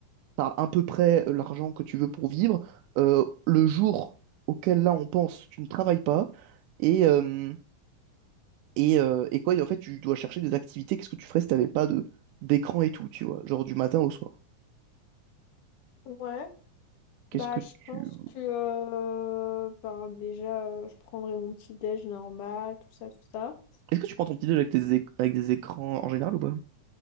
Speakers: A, on the right; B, on the left.
A: t'as à peu près l'argent que tu veux pour vivre. Euh, le jour auquel là on pense, tu ne travailles pas. Et, euh, Et, euh, et quoi, et en fait, tu dois chercher des activités. Qu'est-ce que tu ferais si t'avais pas de d'écran et tout, tu vois, genre du matin au soir.
B: Ouais.
A: Qu'est-ce
B: Bah
A: que
B: je pense
A: tu
B: que euh, ben, déjà, euh, je prendrai mon petit déj normal, tout ça, tout ça.
A: est-ce que tu prends ton petit déj avec tes éc- avec des écrans en général ou pas?